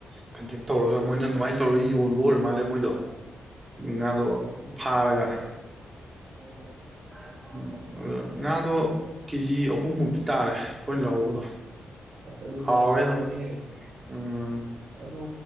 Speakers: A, on the right (about 20°); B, on the right (about 55°).
A: <unintelligible> ꯇꯧꯔꯒ ꯃꯣꯏꯅ ꯑꯗꯨꯃꯥꯏꯅ ꯇꯧꯔꯒ ꯌꯣꯟꯕ ꯑꯣꯏꯔ ꯃꯥꯜꯂꯦ ꯃꯣꯏꯗꯣ
B: ꯑꯣ
A: ꯉꯥꯗꯣ ꯐꯥꯔꯒ
B: ꯑꯣ
A: <unintelligible> ꯑꯗ ꯉꯥꯗꯣ ꯀꯦꯖꯤ ꯑꯍꯨꯝ ꯃꯨꯛꯇꯤ ꯇꯥꯔꯦ ꯑꯩꯈꯣꯏꯅ ꯂꯧꯍꯧꯕꯗꯣ
B: ꯑꯗꯨꯗꯤ
A: ꯍꯥꯎꯋꯦ
B: ꯉꯥ ꯍꯥꯎꯔꯅꯤꯍꯦ
A: ꯑꯗꯨꯝ ꯎꯝ
B: ꯑꯗꯨ